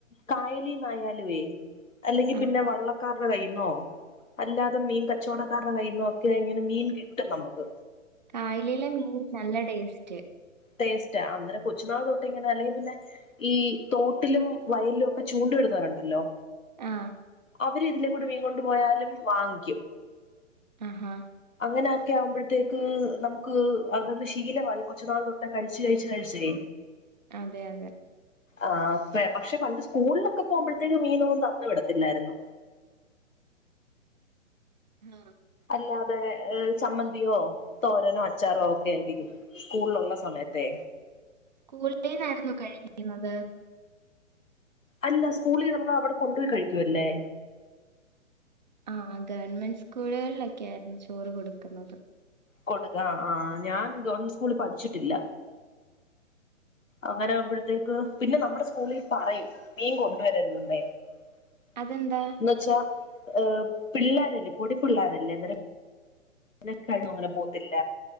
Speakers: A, on the left (about 80°); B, on the right (about 35°).
A: കായലിനു ആയാലെയുമെ അല്ലെങ്കിൽ
B: ആഹാ
A: പിന്നെ വള്ളക്കാരുടെ കയ്യി- നോ അല്ലാതെ മീൻ കച്ചവടക്കാരുടെ കയ്ന്ന ഒക്കെ ഇങ്ങനെ മീൻ കിട്ടും നമ്മുക്ക്
B: കായലയിലെ മീൻ നല്ല ടേസ്റ്റ്
A: ടേസ്റ്റ് അന്നരം കൊച്ചുനാൾ തൊട്ട് ഇങ്ങനെ അല്ലെങ്കിൽ പിന്നെ ഈ തോട്ടിലും വയലിലും ഒക്കെ ചൂണ്ട ഇടുന്നൊരുയുണ്ടാലോ
B: ആ
A: അവര് ഇതിലേക്കൂടി മീൻ കൊണ്ടു പോയാലും വാങ്ങിക്കും
B: ആഹാ
A: അങ്ങനെയൊക്കെ ആകുമ്പോഴത്തേക്ക് നമുക്ക് അതൊന്ന് ശീലമായി കൊച്ചു നാൾ തൊട്ടം കഴിച്ചു കഴിച്ചു കഴിചെ
B: അതെ അതെ
A: ആഹ പക്ഷെ പണ്ട് സ്കൂളിലൊക്കെ പോകുമ്പോഴത്തേക്കും മീനൊന്നും തന്നു വിടത്തില്ലായിരുന്നു
B: ആം
A: അല്ലാതെ ചമ്മന്തിയോ തോരനോ അചാറോ ഒക്കെ ആയിരിക്കും സ്കൂളിലുള്ള സമയത്തെ
B: സ്കൂളിൽന്നായിരുന്നു കഴിക്കുന്നത്
A: അല്ല സ്കൂളിൽ നമ്മൾ അവിടെ കൊണ്ടുപോയി കഴിക്കുവല്ലേ
B: ആഹ ഗവൺമെന്റ് സ്കൂളുകളിലൊക്കെ ആയിരുന്നു ചോറ് കൊടുക്കുന്നത്
A: കൊടുക്ക ആ് ഞാൻ ഗവൺമെന്റ് സ്കൂളിൽ പഠിച്ചിട്ടില്ല അങ്ങനെ ആവുമ്പഴത്തേക്ക് പിന്നെ നമ്മുടെ സ്കൂളിൽ പറയും മീൻ കൊണ്ടുവരരുത് എന്നച്ച
B: അതെന്താ?
A: ആഹ- പിള്ളോരല്ലേ പൊടി പിള്ളോരല്ലേ അ അങ്ങനെ കഴിവും അങ്ങനെ പോത്തില്ല